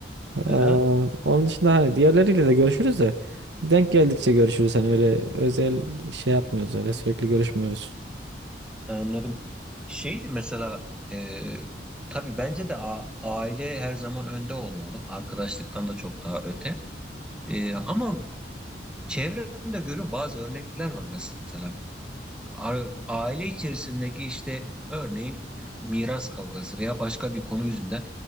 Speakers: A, on the right; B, in the centre.
A: Ee,
B: Hı hı,
A: onun dışında hani diğerleriyle de görüşürüz de denk geldikçe görüşürüz. Hani öyle özel şey yapmıyoruz öyle sürekli görüşmüyoruz.
B: anladım. Şeydi mesela e, tabii bence de a- aile her zaman önde olmalı. Arkadaşlıktan da çok daha öte. E, ama çevremde görüyorum bazı örnekler var mesela. A- aile içerisindeki işte örneğin miras kavgası veya başka bir konu yüzünden